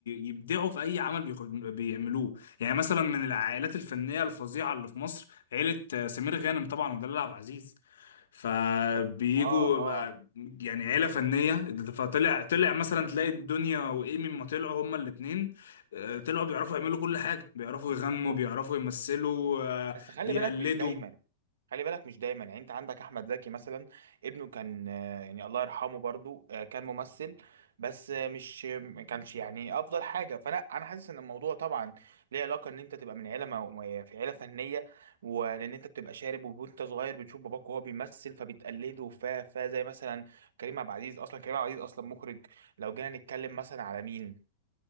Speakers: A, on the left; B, on the right.
A: يبدعوا في اي عمل بيخ... بيعملوه يعني مثلا من العائلات الفنيه الفظيعه اللي في مصر عيله آه، سمير غانم طبعا ودلال عبد العزيز فبيجوا
B: بالظبط اه اه
A: بقى- يعني عيله فنيه فطلع طلع مثلا تلاقي الدنيا وايمي ما طلعوا هما الاثنين طلعوا بيعرفوا يعملوا كل حاجه بيعرفوا يغنوا
B: لا، و-
A: بيعرفوا يمثلوا آه،
B: بس خلي
A: بيقلدوا
B: بالك مش دايما خلي بالك مش دايما يعني انت عندك احمد زكي مثلا ابنه كان آه، يعني الله يرحمه برضو آه، كان ممثل بس آه، مش ما كانش يعني افضل حاجه فانا انا حاسس ان الموضوع طبعا ليه علاقه ان انت تبقى من عيله مو- مو- في عيله فنيه ولان انت بتبقى شارب وانت صغير بتشوف باباك وهو بيمثل فبتقلده ف ف زي مثلا كريم عبد العزيز اصلا كريم عبد العزيز اصلا مخرج لو جينا نتكلم مثلا على مين